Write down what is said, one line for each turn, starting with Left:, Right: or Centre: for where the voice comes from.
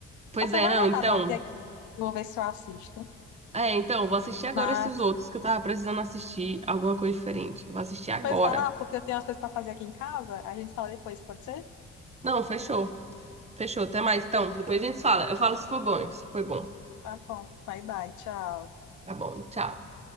Right: Pois
Left: Nossa,
Right: é,
Left: eu vou
Right: não,
Left: anotar
Right: então.
Left: Dark aqui. Vou ver se eu assisto.
Right: É, então, vou assistir agora
Left: Mas,
Right: esses outros que eu tava precisando assistir alguma coisa diferente. Vou assistir agora.
Left: pois vai lá, porque eu tenho umas coisas pra fazer aqui em casa. A gente fala depois, pode ser?
Right: Não, fechou. Fechou, até mais. Então, depois a gente fala. Eu falo se for bom, se foi bom.
Left: Tá bom. Bye, bye. Tchau.
Right: Tá bom, tchau.